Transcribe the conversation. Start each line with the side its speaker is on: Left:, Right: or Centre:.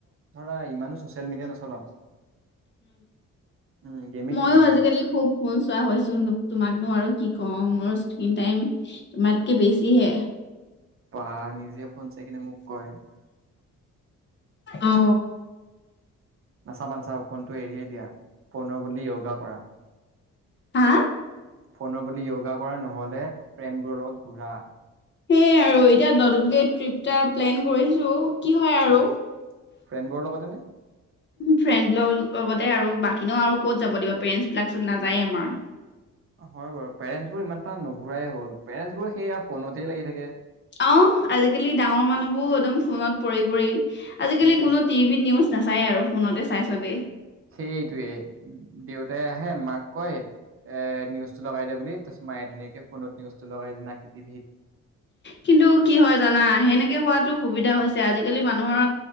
Right: ধৰা ইমানো ছচিয়েল মিডিয়া নচলাও উম গেমে
Left: ময়ো
Right: খেলি থাকো
Left: আজিকালি
Right: মই
Left: খুব ফোন চোৱাছো তোমাকনো আৰু কি কম মোৰ স্ক্ৰিন টাইম তোমাতকে বেছিহে।
Right: বা নিজে ফোন চাই কিনে মোক কয়
Left: অ
Right: নাচাবা-নাচাবা ফোনটো এৰিয়ে দিয়া। ফোনৰ বদলি য়গা কৰা।
Left: হা,
Right: ফোনৰ বদলি য়গা ক নহলে ফ্ৰেইনবোৰ লগত ঘোৰি ফোৱা কুকুৰা
Left: সেইয় আৰু এতিয়া নতুনকে ট্ৰিপ এটা প্লেন কৰিছো। কি হয় আৰু
Right: উম ফ্ৰেণ্ডবোৰৰ লগতে নে?
Left: ফ্ৰেণ্ডৰ লগতে আৰু বাকীনো আৰু ক'ত যাব দিবা পেৰেন্টছ বিলাক চত নাযায়েই আমাৰ।
Right: হয় বাৰু পেৰেণ্টছ বোৰ ইমান এটা নুঘূৰাই হল পেৰেন্টছ বোৰ সেইয়া ফোনতেই লাগি থাকে।
Left: অ', আজিকালি ডাঙৰ মানুহবোৰ একদম ফোনত পৰি-পৰি আজিকালি
Right: সেইটোৱে।
Left: কোনো টিভি নিউজ নাচায়ে আৰু ফোনতে চাই চবেই।
Right: সেইটোৱে দেউতাই আহে মাক কয় এ নিউজটো লগাই দিয়ে বুলি তাৰপিছত মায়ে ধুনীয়াকে ফোনত নিউজটো লগাই দিয়ে টিভিত।
Left: কিন্তু কি হয় জানা সেনেকে হোৱাতো সুবিধা হৈছে আজিকালি মানুহৰ